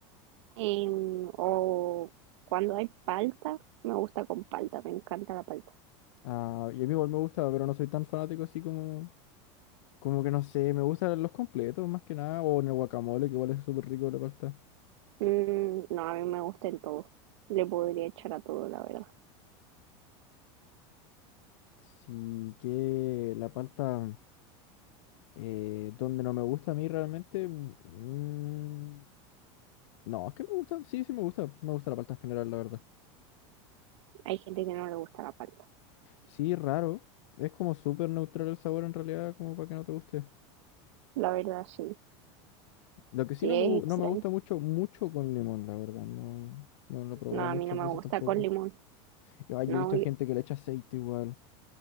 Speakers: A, on the right; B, on the left.
A: em, o cuando hay palta, me gusta con palta, me encanta la palta.
B: ah, y a mí igual me gusta, pero no soy tan fanático así como, como que no sé, me gustan los completos más que nada, o en el guacamole, que igual es súper rico la palta.
A: Mm, no, a mí me gusta en todo. Le podría echar a todo, la verdad.
B: Sí, que la palta, eh, donde no me gusta a mí realmente, mm, No, es que me gusta, sí, sí me gusta, me gusta la palta en general, la verdad.
A: Hay gente que no le gusta la palta.
B: Sí, raro, es como súper neutral el sabor en realidad, como para que no te guste.
A: La verdad, sí.
B: Lo que sí
A: Sí,
B: no
A: es
B: me, gu- no
A: extraño.
B: me gusta mucho, mucho con limón, la verdad, no, no lo he probado
A: No, a
B: muchas
A: mí no me
B: veces
A: gusta
B: tampoco.
A: con limón.
B: Y, ay,
A: No,
B: he visto
A: yo-
B: gente que le echa aceite igual.